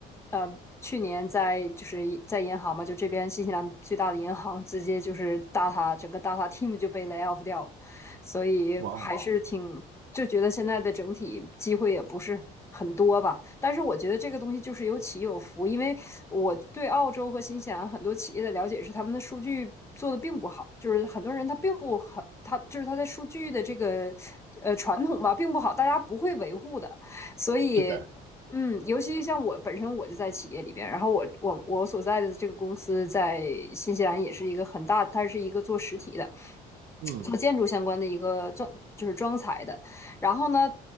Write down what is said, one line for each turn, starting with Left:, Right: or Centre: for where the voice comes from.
Left: 呃，去年在就是在银行嘛，就这边新西兰最大的银行，直接就是 data 整个 data team 就被 lay off 掉了。所以还哦是挺就觉得现在的整体机会也不是很多吧。
Right: 哇哦，
Left: 但是我觉得这个东西就是有起有伏，因为我对澳洲和新西兰很多企业的了解是，他们的数据做的并不好，就是很多人他并不很，他就是他的数据的这个呃传统吧，并不好，大家不会维护的，所以。
Right: 是的，
Left: 嗯，尤其像我本身我就在企业里边，然后我我我所在的这个公司在新西兰也是一个很大，它是一个做实体的，
Right: 嗯，
Left: 做建筑相关的一个装就是装材的。然后呢，